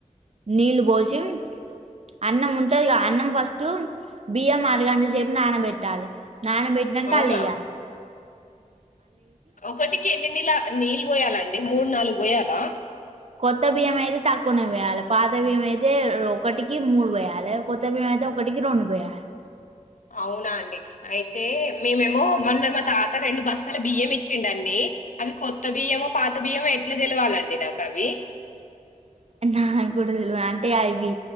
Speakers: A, on the right (about 55°); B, on the left (about 75°).
A: నీళ్లు పోసి అన్నం ఉంటది కదా అన్నం ఫస్ట్ బియ్యం అరుగంట సేపు నానబెట్టాలి నానబెట్టటినాక
B: అవునా
A: అళ్ళు వేయ్యాలే
B: ఒకటికి ఎన్ని నీళ నీళ్ళు పోయాలండి మూడు నాలుగు పోయాలా
A: కొత్త బియ్యం అయితే తక్కువ పొయ్యాలి పాత బియ్యం అయితే ఒకటికి మూడు పొయ్యాలి కొత్త బియ్యం ఒకటికి రెండు పొయాలి
B: అవునా అండి అయితే మేమేమో మన మొన్న తాత రెండు బస్తాల బియ్యం ఇచ్చిండండి అవి కొత్త బియ్యమె పాత బియ్యమో ఎట్లా తెలవాలండి నాకు అవి
A: <inaudible> నాకూడ తెలువదుఅంటే అవి